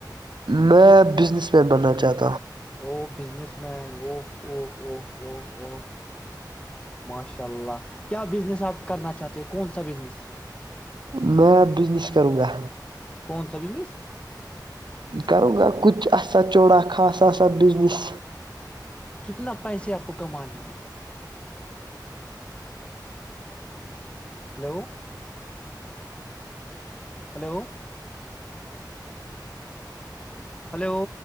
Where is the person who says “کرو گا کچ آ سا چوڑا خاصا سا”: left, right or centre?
Right